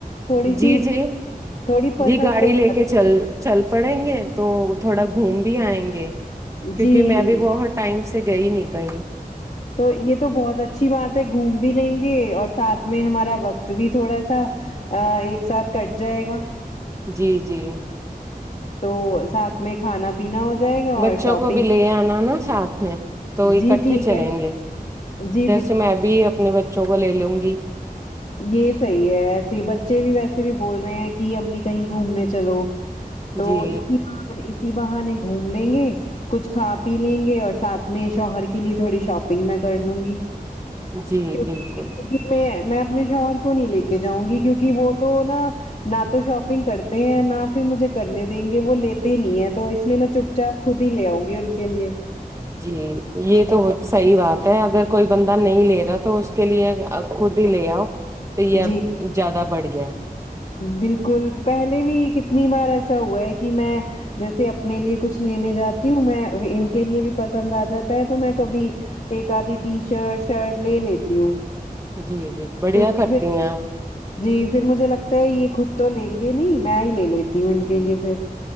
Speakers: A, on the left (about 45°); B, on the right (about 20°).
A: تھوڑی
B: جی
A: سی
B: جی
A: تھوڑی پسند
B: جی گاڑی
A: ہو
B: لے
A: جاتی
B: کے چل چل پڑیں گے تو تھوڑا گھوم بھی آئیں گے کیونکہ
A: جی
B: میں بھی بہت ٹائم سے گئی نہیں کہیں
A: تو یے تو بہت اچھی بات ہے گھوم بھی لیں گے اور ساتھ میں ہمارا وقت بھی تھوڑا سا آ ایک ساتھ کٹ جائے گا
B: جی جی
A: تو ساتھ میں کھانا پینا ہو جائے گا
B: بچوں
A: اور شاپنگ
B: کو بھی لے آنا نا ساتھ میں تو اکٹھے
A: جی ٹھیک
B: چلیں
A: ہے
B: گے
A: جی بالکل
B: تو میں بھی اپنے بچوں کو لے لوں گی
A: یے صحیح ہے ایسے بچے بھی ویسے بھی بول رہے ہیں کی امی کہیں گھومنے چلو تو
B: جی
A: اسی بہانے اسی بہانے گھوم لیں گے کچھ کھا پی لیں گے اور ساتھ میں شوہر کے لیے تھوڑی شاپنگ میں کرلوں گی
B: جی
A: کیونکی
B: بالکل
A: کیونکی میں میں اپنے شوہر کو نہیں لے کے جاؤں گی کیونکی وہ تو نا نہ تو شاپنگ کرتے ہیں نہ پھر مجھے کرنے دیں گے وہ لیتے ہی نہیں ہے تو اس لیے میں چپ چاپ خود ہی لے آؤں گی ان کے لیے
B: جی یے تو صحیح بات ہے اگر کوئی بندہ نہیں لے رہا تو اس کے لیے خود ہی لے آؤ تو یے
A: جی
B: زیاد بڑھیا ہے
A: بالکل پہلے بھی کتنی بار ایسا ہوا ہے کی میں جیسے اپنے لیے کچھ لینے جاتی ہوں میں انکے لیے بھی پسند آجاتا ہے تو میں کبھی ایک آدھی ٹی شرٹ شرٹ لے لیتی ہوں
B: جی جی بڑیا
A: کیونکہ
B: کرتی
A: پھر
B: ہیں آپ
A: جی پھر مجھے لگتا ہے یے خود تو لیں گے نہیں میں ہی لے لیتی ہوں ان کے لیے پھر